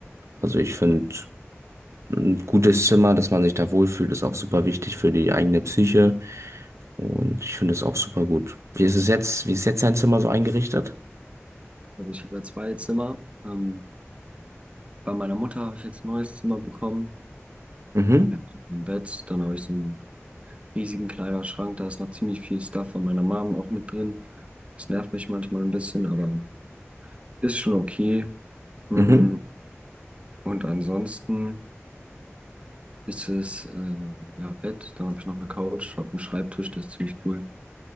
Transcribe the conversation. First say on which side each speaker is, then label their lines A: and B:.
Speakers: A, on the right; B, on the right.
A: Also ich finde. Ein gutes Zimmer, dass man sich da wohlfühlt, ist auch super wichtig für die eigene Psyche. Und ich finde es auch super gut. Wie ist es jetzt? Wie ist jetzt dein Zimmer so eingerichtet?
B: also ich habe ja zwei Zimmer. Ähm, bei meiner Mutter habe ich jetzt ein neues Zimmer bekommen.
A: Mhm,
B: Ja, ein Bett, dann habe ich so ein riesigen Kleiderschrank. Da ist noch ziemlich viel Stuff von meiner Mom auch mit drin. Das nervt mich manchmal ein bisschen, aber ist schon okay. Mm,
A: mhm,
B: Und ansonsten ist es, äh, ja, Bett. Dann habe ich noch eine Couch, habe einen Schreibtisch, der ist ziemlich cool.